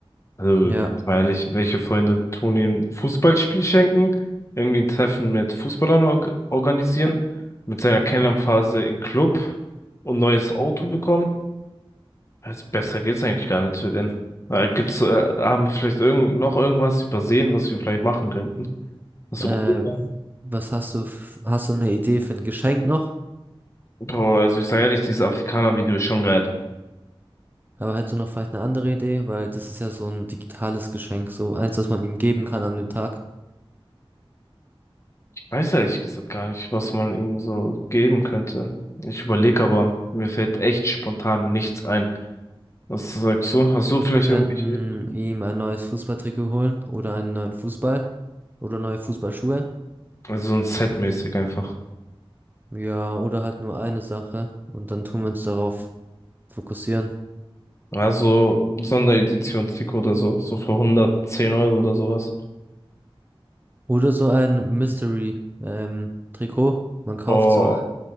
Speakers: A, on the left; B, on the right.
A: Also,
B: Ja.
A: weil welche Freunde tun ihm ein Fußballspiel schenken, irgendwie ein Treffen mit Fußballern org organisieren, mit seiner Kennenlernphase im Club und neues Auto bekommen. Also besser geht's eigentlich gar nicht für den. Äh, Gibt's, äh, haben wir vielleicht irgend noch irgendwas übersehen, was wir vielleicht machen könnten? Was
B: Äh,
A: so cool wäre?
B: was hast du, f- hast du eine Idee für ein Geschenk noch?
A: Boah, also ich sage ehrlich, dieses Afrikaner-Video ist schon geil.
B: Aber hättest du noch vielleicht eine andere Idee? Weil das ist ja so ein digitales Geschenk, so eins, das man ihm geben kann an dem Tag.
A: Ich weiß ehrlich gesagt gar nicht, was man ihm so geben könnte. Ich überlege aber, mir fällt echt spontan nichts ein. Was sagst du? Hast du vielleicht
B: Wir könnten
A: irgendwelche Ideen?
B: ihm ein neues Fußballtrikot holen oder einen neuen Fußball oder neue Fußballschuhe.
A: Also so ein Set-mäßig einfach.
B: Ja, oder halt nur eine Sache und dann tun wir uns darauf fokussieren.
A: Also Sonderedition-Trikot oder so. So für 110 Euro oder sowas.
B: Oder so ein Mystery, ähm, Trikot. Man kauft
A: Boah.
B: so